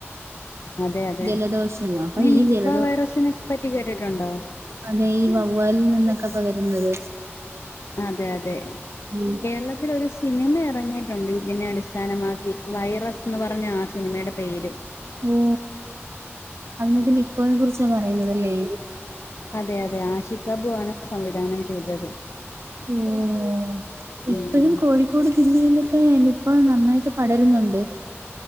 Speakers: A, on the left; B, on the right.
A: അതെ അതെ
B: ജലദോഷം അപ്പൊ
A: നീ
B: ഈ
A: നിപ്പ
B: ജലദോ
A: വൈറസിന് പറ്റി കേട്ടിട്ടുണ്ടോ?
B: അതെ ഈ വവ്വാലിൽ നിന്നൊക്കെ പകരുന്നത്
A: അതെ അതെ
B: ഉം
A: കേരളത്തില് ഒരു സിനിമ എറങ്ങി ട്ടൊണ്ട് ഇതിനെ അടിസ്ഥാനമാക്കി വൈറസ് ന്ന് പറഞ്ഞ ആ സിനിമേടെ പേര്
B: ഓ അതിനാത്ത് നിപ്പോനെ കുറിച്ച പറയുന്നതല്ലേ?
A: അതെ അതെ ആഷിഖാബു ആണ് സംവിധാനം ചെയ്തത്
B: ഓഹ് ഇപ്പഴും
A: ഉം
B: കോഴിക്കോട് ജില്ലയിലൊക്കെ നി പ്പ നന്നായിട്ട് പടരുന്നുണ്ട്